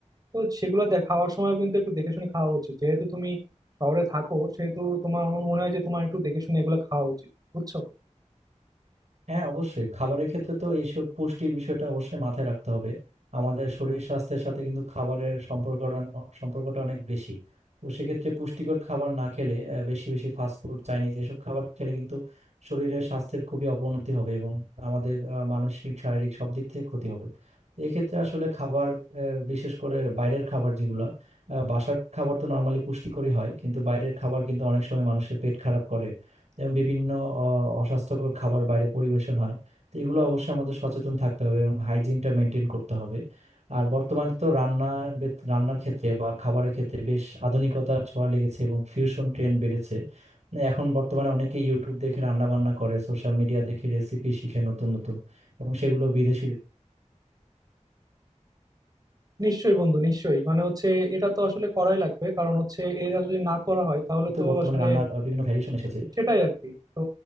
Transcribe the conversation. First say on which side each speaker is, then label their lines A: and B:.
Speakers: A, on the right; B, on the right.
A: তো সেগুলো দেখ খাওয়ার সময় কিন্তু একটু দেখে শুনে খাওয়া উচিত যেহেতু তুমি শহরে থাকো সেহেতু তোমার আমার মনে হয় যে তোমার একটু দেখে শুনে এগুলো খাওয়া উচিত বুঝছো
B: হ্যাঁ অবশ্যই খাবারের ক্ষেত্রে তো এইসব পুষ্টির বিষয়টা অবশ্যই মাথায় রাখতে হবে আমাদের শরীর স্বাস্থ্যের সাথে কিন্তু খাবারের সম্পর্কটা সম্পর্কটা অনেক বেশি তো সেক্ষেত্রে পুষ্টিকর খাবার না খেলে আহ, বেশি বেশি ফাস্টফুড চাইনিজ এসব খাবার খেলে কিন্তু শরীরের স্বাস্থ্যের খুবই অবনতি হবে এবং আমাদের আহ, মানসিক শারীরিক সব দিক থেকে ক্ষতি হবে এক্ষেত্রে আসলে খাবার আহ, বিশেষ করে বাইরের খাবার যেগুলো আহ, বাসার খাবার তো নর্মালি পুষ্টিকরই হয় কিন্তু বাইরের খাবার কিন্তু অনেক সময় মানুষের পেট খারাপ করে এবং বিভিন্ন অ- অস্বাস্থ্যকর খাবার বাইরে পরিবেশন হয় তো এগুলো অবশ্যই আমাদের সচেতন থাকতে হবে এবং হাইজিনটা মেনটেন করতে হবে আর বর্তমানে তো রান্নার বে- রান্নার ক্ষেত্রে বা খাবারের ক্ষেত্রে বেশ আধুনিকতার ছোঁয়া লেগেছে এবং ফিউশন ট্রেন্ড বেড়েছে এখন বর্তমানে অনেকে ইউটিউব দেখে রান্না বান্না করে সোশ্যাল মিডিয়া দেখে রেসিপি শিখে নতুন নতুন এবং সেগুলো বিদেশি
A: নিশ্চয়ই বন্ধু নিশ্চয়ই মানে হচ্ছে এটা তো আসলে করাই লাগবে কারণ হচ্ছে এটা যদি না করা হয় তাহলে
B: তো
A: তো
B: বর্তমানে
A: আসলে
B: রান্নার আহ, বিভিন্ন ভ্যারিয়েশন এসেছে
A: সেটাই আর কি তো